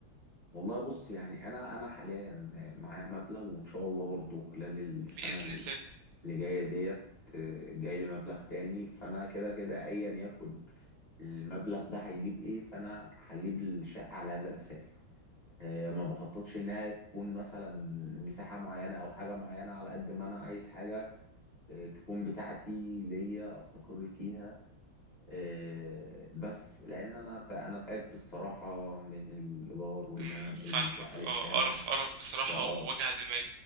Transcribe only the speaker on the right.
بإذن
الله
مم،
لأ، فاهمك
اه قرف قرف بصراحة
ووجع دماغ